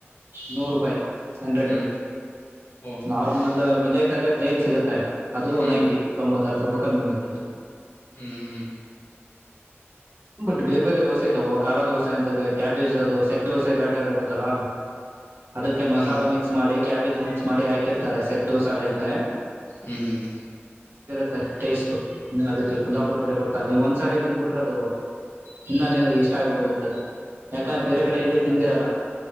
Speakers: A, on the right; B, on the left.
A: ನೂರು ರೂಪಾಯಿ ಹಂಡ್ರೆಡ್
B: ಹ್ಮ್ ಓ
A: ನಾರ್ಮಲ್ ಮಿಲೆಟ್ ಅಲ್ಲೇ ಪ್ಲೇನ್ ಸಿಗು ಅದು
B: ಹ್ಮ್
A: ನೈನ್ಟಿ ತೊಂಬತ್ ಹ ಹತ್ತು ರೂಪಾಯಿ ಕಮ್ಮಿ ಆಗತದೆ
B: ಹ್ಮ್್ಮ ಹ್ಮ್
A: ಬಟ್ ಬೇರೆ ಬೇರೆ ದೋಸೆ ಇದಾವ ಖಾರ ದೋಸೆ ಂತ ಕ್ಯಾಬೇಜ್ ಅದು ಸೆಟ್ ದೋಸೆ ಬ್ಯಾಟರ್ ಇರುತ್ತಲ್ಲ ಅದಕ್ಕೆ ಮಸಾಲ
B: ಹ್ಮ್
A: ಮಿಕ್ಸ್ ಮಾಡಿ ಕ್ಯಾಬೇಜ್ ಮಿಕ್ಸ್ ಮಾಡಿ ಹಾಕಿರ್ತಾರೆ ಸೆಟ್ ದೋಸಾ ಟೈಪ್
B: ಹ್ಮ್ ಹ್ಮ್
A: ಮ ಟೇಸ್ಟ್ ಅದಕ್ಕೆ ಕುಂದಾಪುರ ಕರೆ ಕೊಡ್ತಾರೆ ನೀವ್ ಒಂದ್ಸಾರಿ ತಿಂದಬಿಟ್ಟರೆ ಅದು ಇನ್ನ ನಿನಗೆ ಇಷ್ಟ ಆಗ್ಬೋಡತ್ತ ಯಾಕಂದ್ರೆ ಬೇರೆ ಕಡೆ ಎಲ್ಲಿ ತಿಂದಿರಲ್ಲ